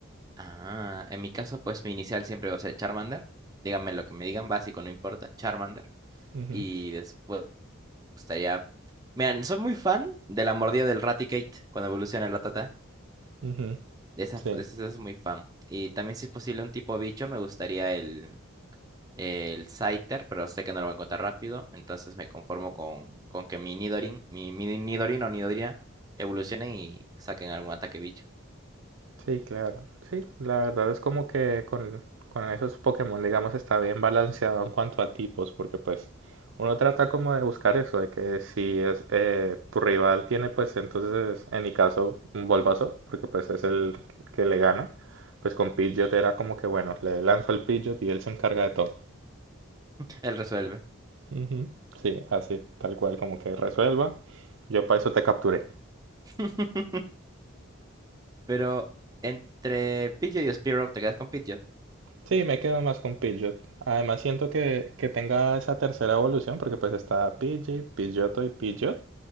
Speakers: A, on the right (about 20°); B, on the right (about 70°).
A: Ah, en mi caso, pues mi inicial siempre va a ser Charmander. Díganme lo que me digan, básico, no importa, Charmander.
B: Ujú,
A: Y después me gustaría... Miren, soy muy fan de la mordida del Raticate cuando evoluciona el Rattata.
B: ujú,
A: De esa,
B: Sí,
A: f- de esa- de esa es muy fan. Y también si es posible un tipo bicho, me gustaría el, el Scyther, pero sé que no lo voy a encontrar rápido. Entonces me conformo con, con que mi Nidorin, mi, mi Nidorin o Nidorina evolucionen y saquen algún ataque bicho.
B: sí, claro. Sí, la verdad es como que con, con esos Pokémon, digamos, está bien balanceado en cuanto a tipos, porque pues uno trata como de buscar eso, de que si es eh, tu rival tiene pues entonces, en mi caso, un Bulbasaur, porque pues es el que le gana, pues con Pidgeot era como que bueno, le lanzo al Pidgeot y él se encarga de todo.
A: Él resuelve.
B: Ujú, Sí, así, tal cual, como que resuelva. Yo para eso te capturé.
A: <laughs> Pero entre Pidgeot y Spearow te quedas con Pidgeot.
B: Sí, me quedo más con Pidgeot. Además siento que, que tenga esa tercera evolución, porque pues está Pidgey, Pidgeotto y Pidgeot.